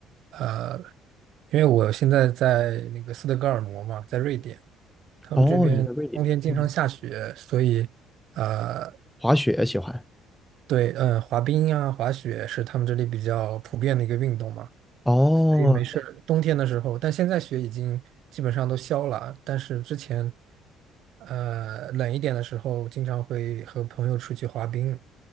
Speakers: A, on the right (about 65°); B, in the centre.
A: 呃，因为我现在在那个斯德哥尔摩嘛，在瑞典，他们这
B: 哦，你在瑞典，
A: 冬天经常下雪，
B: 嗯，
A: 所以呃，
B: 滑雪喜欢。
A: 对，嗯、滑冰啊、滑雪是他们这里比较普遍的一个运动嘛。
B: 哦，
A: 所以没事儿。冬天的时候，但现在雪已经基本上都消了，但是之前呃冷一点的时候，经常会和朋友出去滑冰。